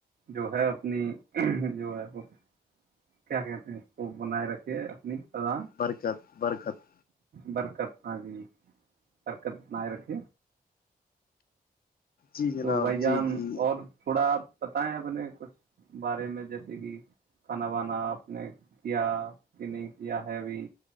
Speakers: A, on the right; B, on the left.
A: جو ہے اپنی جو ہے وہ کیا کہتے ہیں اس کو بنائے رکھھیے اپنی سدا
B: برکت برکت <unintelligible>
A: برکت ہاں جی کررکت نئے رکھے
B: جی جناب
A: تو بھائی جان
B: جی جی
A: اور تھوڑا بتائیں اپنے کچھ بارے میں جیسے کہ کھانا بانا آپ نے کیا کہ نہیں کیا ہےوی